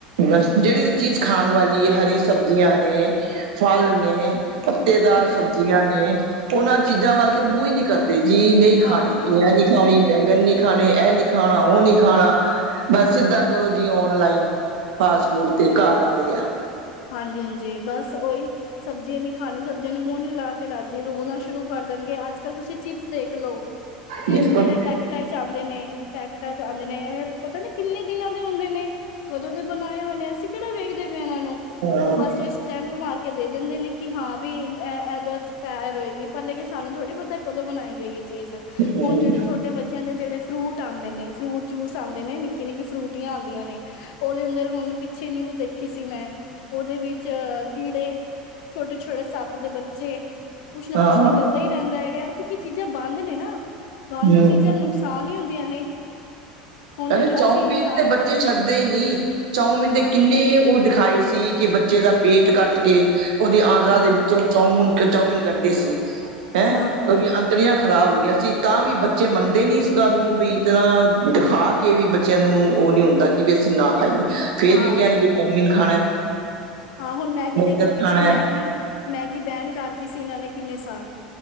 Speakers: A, on the right; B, on the left.
A: ਬਸ ਜਿਹੜੀ ਚੀਜ਼ ਖਾਣ ਵਾਲੀ ਹਰੀ ਸਬਜ਼ੀਆਂ ਨੇ ਫਲ ਨੇ। ਪੱਤੇਦਾਰ
B: ਹਾਂਜੀ
A: ਸਬਜ਼ੀਆਂ
B: ਹਾਂਜੀ
A: ਨੇ ਉਹਨਾਂ ਚੀਜ਼ਾਂ ਵੱਲ ਤੇ ਮੂੰਹ ਹੀ ਨ ਕਰਦੇ ਜੀ ਨਹੀਂ ਖਾਣੀ
B: ਹਾਂ
A: ਘੀਆ ਨੀ ਖਾਣੀ। ਬੈਂਗਨ ਨੀ ਖਾਣੇ। ਇਹ ਨੀ ਖਾਣਾ ਉਹ ਨੀ ਖਾਣਾ। ਬਸ ਸਿੱਧਾ ਕਰੋ ਜੀ ਓਨਲਾਈਨ। ਫਾਸਟਫੂਡ ਤੇ ਘਰ ਆ ਰਿਹਾ ਆ।
B: ਹਾਂਜੀ ਹਾਂਜੀ ਬਸ ਉਹੀ ਸਬਜ਼ੀਆਂ ਨੀ ਖਾਣੀ ਸਬਜ਼ੀਆਂ ਨੂੰ ਮੂੰਹ ਲਾ ਕੇ ਰਾਜੀ ਰੋਣਾ ਸ਼ੁਰੂ ਕਰ ਦੇਣਗੇ ਅੱਜ ਕੱਲ ਤੁਸੀਂ ਚਿਪਸ ਦੇਖਲੋ ਚਿਪਸ
A: ਬਿਲਕੁਲ
B: ਜਿਹੜੇ ਪੈਕੇਟ ਆਏ ਆਦੇ ਨੇ ਪੈਕਟਾਂ ਚ ਆਦੇ ਨੇ ਇਹ ਪਤਾ ਨਹੀਂ ਕਿੰਨੇ ਦਿਨਾਂ ਦੇ ਹੁੰਦੇ ਨੇ। ਕਦੋਂ ਦੇ ਬਣਾਏ ਹੋਏ ਨੇ ਅਸੀਂ ਕਿਹੜਾ ਵੇਖਦੇ ਪਏ ਇਹਨਾਂ ਨੂੰ
A: ਹਾਂ
B: ਉਹ ਬਸ ਸਟੈਂਪ ਮਾਰ ਕੇ ਦੇ ਦਿੰਦੇ ਨੇ ਕਿ ਹਾਂ ਇਦੋਂ ਐਕਸਪਾਇਰ ਹੋਏਗੀ ਪਰ ਲੇਕ ਸਾਨੂੰ ਥੋੜ੍ਹੀ ਪਤਾ ਕਦੋਂ ਬਣਾਈ ਗਈ ਹੈ ਚੀਜ਼
A: ਹਮ
B: ਹੁਣ ਜਿਹੜੇ ਛੋਟੇ ਬੱਚੇ। ਚਲੋ ਜਿਹੜੇ ਫਰੂਟ ਆਉਂਦੇ ਨੇ ਫਰੂਟ ਜੂਸ ਆਉਂਦੇ ਨਿੱਕੀਆਂ ਨਿੱਕੀਆਂ ਫਰੂਟੀਆਂ ਆਉਂਦੀਆਂ ਨੇ। ਓਦੇ ਅੰਦਰ ਹੁਣ ਪਿੱਛੇ ਨਿਊਜ਼ ਦੇਖੀ ਸੀ ਮੈਂ ਉਹਦੇ ਵਿੱਚ ਕੀੜੇ। ਛੋਟੇ ਛੋਟੇ ਸੱਪ ਦੇ ਬੱਚੇ ਕੁੱਛ ਨਾ
A: ਹਾਂ
B: ਕੁੱਛ ਨਿਕਲਦਾ ਹੀ। ਰਹਿੰਦਾ ਹੈਗਾ ਕਿਉਂਕਿ ਚੀਜ਼ਾਂ ਬੰਦ ਨੇ ਨਾ
A: ਹਮ
B: ਬੰਦ ਚੀਜ਼ਾਂ ਨੁਕਸਾਨ ਹੀ ਹੁੰਦੀਆਂ ਨੇ। ਹੁਣ
A: ਕਹਿੰਦੇ
B: ਜਿਵੇਂ
A: ਚੋਮੀਨ
B: ਅਸੀਂ ਇਨਸਾਨ
A: ਤੇ ਬੱਚੇ ਛੱਡਦੇ ਹੀ ਨਹੀਂ ਚੋਮੀਨ
B: ਹਾਂ
A: ਦੇ ਕਿੰਨੇ ਉਹ ਦਿਖਾਈ ਸੀ ਕਿ ਬੱਚੇ ਦਾ ਪੇਟ ਕੱਟ ਕੇ ਉਹਦੀ ਆਂਦਾਂਰਾ
B: ਹਾਂ
A: ਦੇ ਵਿੱਚੋਂ ਚੌਮੁਨ ਚਾਊਮਨ ਕੱਡੇ ਸੀ ਹੈਂ।
B: ਹਾਂ
A: ਤੜੀਆਂ ਖ਼ਰਾਬ ਹੋ ਗਿਆ ਸੀ ਤਾਂ ਵੀ ਬੱਚੇ ਮੰਨਦੇ ਨੀ ਇਸ ਗੱਲ ਨੂੰ ਵੀ ਇ ਤਨਾ ਦਿਖਾ ਕੇ ਕੇ ਵੀ ਬੱਚਿਆਂ ਨੂੰ ਉਹ ਨਹੀਂ ਹੁੰਦਾ ਕਿ ਵੀ ਅਸੀਂ ਨਾ ਖਾਈਏ ਫੇਰ
B: ਹਾਂ
A: ਵੀ ਕਹਿਣਗੇ ਚੌਮੀਿਨ ਖਾਣਾ।
B: ਹਾਂ ਹੁਣ ਮੈਗੀ
A: ਬਰਗਰ
B: ਦੇਖੋ ਪਿੱਛੇ
A: ਖਾਣਾ ਹੈ
B: ਮੈਗੀ ਮੈਗੀ ਬੈਨ ਕਰਤੀ ਸੀ ਇਹਨਾਂ ਨੇ ਕਿੰਨੇ ਸਾਲ